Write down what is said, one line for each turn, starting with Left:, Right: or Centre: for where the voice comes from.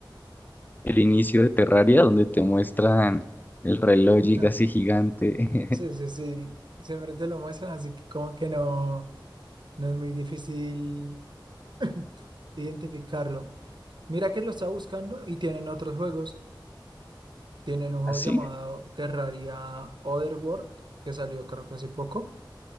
Left: el inicio de Terraria, donde te muestran el reloj
Right: Ah,
Left: así gigante.
Right: Sí,
Left: <laughs>
Right: sí, sí. Siempre te lo muestran, así que como que no, no es muy difícil <clears throat> <laughs> identificarlo. Mira que lo está buscando y tienen otros juegos. Tienen un juego
Left: ¿Así?
Right: llamado Terraria Otherworld, que salió creo que hace poco.